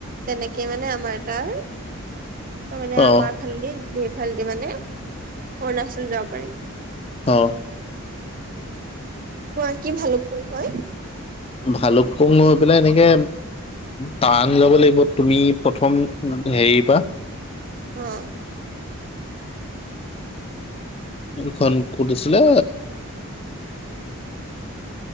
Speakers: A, on the right (about 40°); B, on the left (about 25°).
A: তেনেকে মানে আমাৰ তাৰ, তাৰমানে
B: অ',
A: আমাৰ ফালেদি ধেইফালদি মানে অৰুণাচল যাব পাৰি।
B: অহ
A: কোৱা কি ভালোপুঙ হয়।
B: ভালোপুঙ হৈ পেলাই এনেকে টাৱাং যাব লাগিব তুমি প্ৰথম- হেৰি পা-
A: অঁ
B: এখন কত আছিলে?